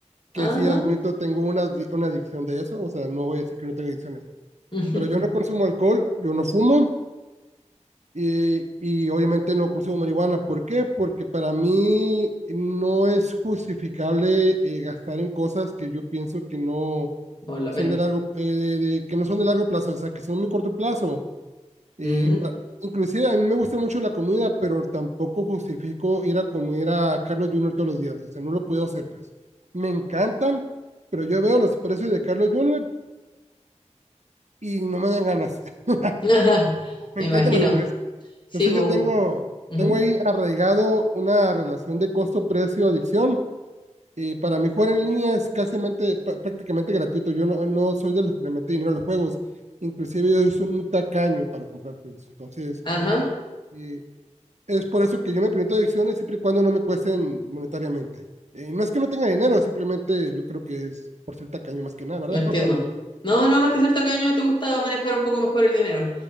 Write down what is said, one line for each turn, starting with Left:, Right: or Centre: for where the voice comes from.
Right: que
Left: Ajá.
Right: sí admito, tengo una, una adicción de eso, o sea, no voy a decir que no tengo adicciones,
Left: <laughs>
Right: pero yo no consumo alcohol, yo no fumo y, y obviamente no consumo marihuana. ¿Por qué? Porque para mí no es justificable eh, gastar en cosas que yo pienso que no
Left: por la
Right: son
Left: pena.
Right: de largo, eh, de- que no son de largo plazo, o sea, que son muy corto plazo eh,
Left: Ujú.
Right: pa- inclusive a mí me gusta mucho la comida, pero tampoco justifico ir a comer a Carlos Junior todos los días. O sea, no lo puedo hacer, pues. Me encantan, pero yo veo los precios de Carlos Junior y no me dan ganas. <laughs>
Left: <laughs> Ajá.
Right: Me
Left: Me
Right: encantan
Left: imagino.
Right: las hamburguesas.
Left: Sí,
Right: Entonces
Left: pues
Right: yo
Left: un-
Right: tengo,
Left: ujú.
Right: tengo ahí arraigado una relación de costo-precio-adicción. Y para mí jugar en línea es casi prácticamente gratuito. Yo no, no soy de los que le mete dinero a los juegos. Inclusive yo soy muy tacaño para comprar juegos. Entonces,
Left: Ajá.
Right: eh, Es por eso que yo me permito adicciones siempre y cuando no me cuesten monetariamente. Eh, no es que no tenga dinero, simplemente yo creo que es por cierta caño más que nada, ¿verdad?
Left: Yo Entiendo.
Right: <laughs>
Left: No, no, más que cierto que año te gusta manejar un poco mejor el dinero.